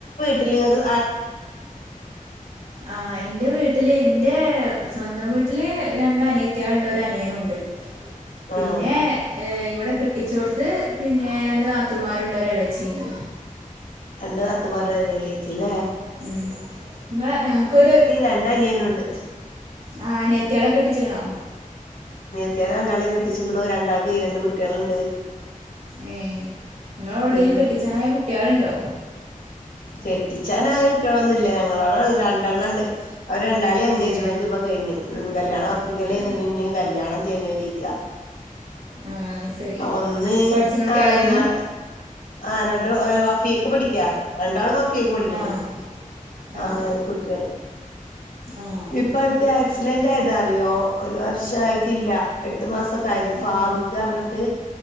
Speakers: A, on the left; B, on the right.
A: <unintelligible> നിങ്ങക്ക്
B: ആ ഇന്റെ വീട്ടില് ഇന്റെ സ്വന്തം വീട്ടില് രണ്ടനിയത്ത്യേള്ണ്ട് ഒരനിയനുണ്ട്
A: ആഹ്
B: പിന്നെ ഇവിടെ കെട്ടിച്ചോട്ത്ത് പിന്നെ രണ്ട് നാത്തുമാര്ണ്ട് ഒരളച്ചിണ്ട്
A: രണ്ട് നാത്തൂ മാര് ഒരെളേച്ചില്ലേ
B: ഉം നിങ്ങ ഞങ്ങക്കൊരു
A: രണ്ടനിയനുണ്ട്.
B: ആ അനിയത്ത്യേളെ കെട്ടിച്ച് ക്ക്ണോ
A: ത്ത്യേളെ രണ്ടാളും കെട്ടിച്ചിക്ക് ണ് രണ്ടാൾക്കും ഈ രണ്ട് കുട്ട്യേള്ണ്ട്
B: ഏ നിങ്ങളൊടെലും
A: ഉം
B: കെട്ടിച്ചനായ കുട്ട്യേള് ണ്ടോ
A: കെട്ടിച്ചാനായ കുട്ട്യേളൊന്നുല്ല ഞങ്ങളടെ <unintelligible> രണ്ടെണ്ണ ണ്ട് അവര് രണ്ടാളി എൻഗേജ്മെന്റ്
B: ഏഹ്
A: ഇപ്പോ കഴിഞ്ഞു ഉം കല്യാണം ഓർപ്പിക്കയ്ഞ്ഞ്
B: ഏഹ്
A: ഇഞ് കല്യാണം ജനുവരിക്ക
B: ആഹ് അത് ശരി
A: ഒന്ന്
B: പഠിച്ച്ണ കുട്ട്യാളേനു
A: ആ എന്നാള് ആ രണ്ടള് ആ വഫിയക്ക് പഠിക്ക രണ്ടാളും വഫ ഫിയക്ക് പഠിക്ക്ണ്ട്
B: ആഹ്
A: അ
B: ആഹ്
A: <unintelligible> കുട്ട്യേളെ
B: ആഹ്
A: ഇപ്പ അട്ത്ത് ആക്സിലൻ്റയതറിയോ ഒരു വർ ഷായിട്ടില്ല എട്ട് മാസ ക്കായത് ഫാറൂഖർഞ്ഞിട്ട്
B: ഉം